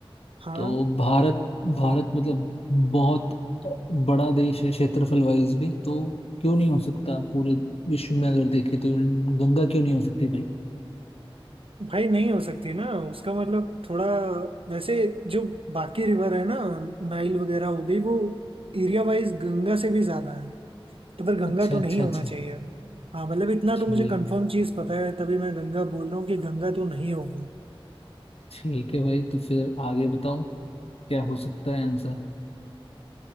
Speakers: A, on the right (about 70°); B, on the left (about 85°).
A: हाँ
B: तो भारत भारत मतलब बहुत बड़ा देश है क्षेत्रफल वाइज भी तो क्यों नहीं हो सकता पूरे विश्व में अगर देखे तो गंगा क्यों नहीं हो सकती भाई
A: भाई नहीं हो सकती ना उसका मतलब थोड़ा वैसे जो बाकी रिवर है ना नाइल वगैरह हो गई वो एरिया वाइज गंगा से भी ज्यादा है तो फिर गंगा
B: अच्छा
A: तो
B: अच्छा
A: नहीं होना
B: अच्छा
A: चाहिए हाँ मतलब इतना तो
B: ठीक
A: मुझे कंफर्म चीज पता है तभी मैं गंगा बोल रहा हूँ कि गंगा तो नहीं होगा
B: ठीक है भाई तो फिर आगे बताओ क्या हो सकता है आंसर